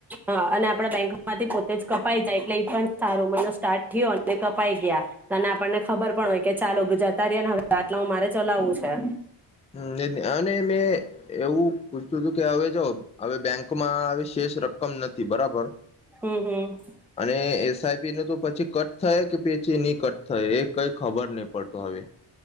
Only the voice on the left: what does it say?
હમ્મ એજ ને અને મેં એવું પૂછતું હતું કે હવે જો હવે બેંક કુમા આવીશ શેષ રકમ નથી બરાબર
અને એસઆઈપી ન તો પછી કટ થાય કે પછી નની કટ થાય એ કઈ ખબર નહી પડતો હવે